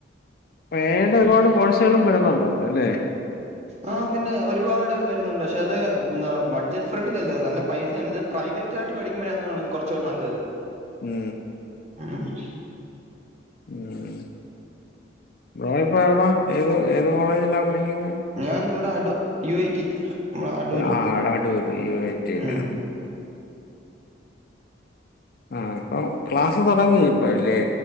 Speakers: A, on the left; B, on the right.
A: എ ഐ യുടെ ഒരുപാടു കോഴ്സുകളും വരുന്നുണ്ടല്ലോല്ലേ
B: ആഹ് പിന്നെ ഒരുപാട് വരുന്നുണ്ട് പക്ഷെ അത് ബഡ്ജറ്റ് ഫ്രണ്ടിലിയല്ല നല്ല പൈസാണ് ഇത് പ്രൈവറ്റ് റ്റായിട്ട് പഠിക്ക്മ്പഴാണ് തോന്നുന്നു കുറച്ചുടെ നല്ലത്
A: ഉം
B: ആഹ്
A: ഉം ബ്രോ ഇപ്പോ എവിടാ ഏത് ഏത് കോളേജിലാ പഠിക്കുന്നേ
B: ഞാൻ ഇവിടെ അടൂർ യു ഐ ടി നമ്മളെ അടൂരി
A: ആഹ് അടൂര് യൂ ഐ റ്റി
B: ഉം
A: ലാ ആഹ് ഇപ്പൊ ക്ലാസ്സ് തുടങ്ങി ഇപ്പല്ലേ